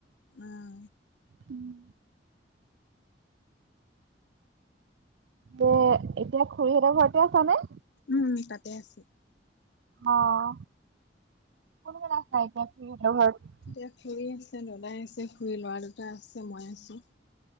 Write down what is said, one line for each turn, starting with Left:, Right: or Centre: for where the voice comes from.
Left: উম।
Right: উম। এতিয়া খুৰীহঁতৰ ঘৰতে আছানে?
Left: উম, তাতে আছোঁ।
Right: অহ, কোন কোন আছা এতিয়া খুৰীহাঁতৰ ঘৰত?
Left: এতিয়া খুৰী আছে, দদাই আছে, খুৰী ল'ৰা দুটা আছে, মই আছোঁ।